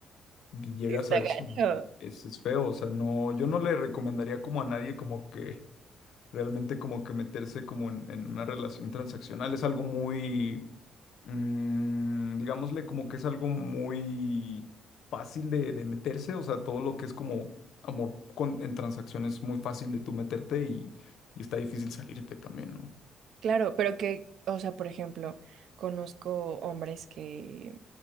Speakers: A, on the left (about 75°); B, on the right (about 75°).
A: Y Llegas
B: Está
A: a eso.
B: gacho.
A: Es, es feo, o sea, no, yo no le recomendaría como a nadie como que realmente como que meterse como en, en una relación transaccional. Es algo muy mm, digámosle como que es algo muy fácil de, de meterse, o sea, todo lo que es como amor con, en transacciones es muy fácil de tú meterte y, y está difícil salirte también, ¿no?
B: Claro, pero que, o sea, por ejemplo, conozco hombres que